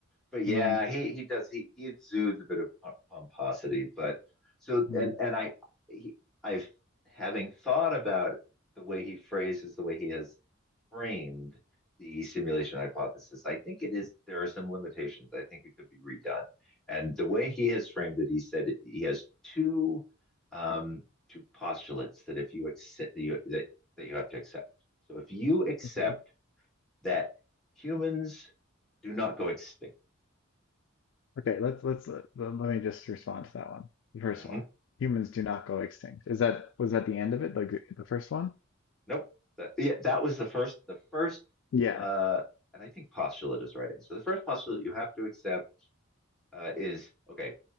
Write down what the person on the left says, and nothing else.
Hmm,
hmm,
Okay.
Okay. Let's let's uh, let let me just respond to that one. The first
one. Humans do not go extinct. Is that was that the end of it? Like the, the first one?
Yeah.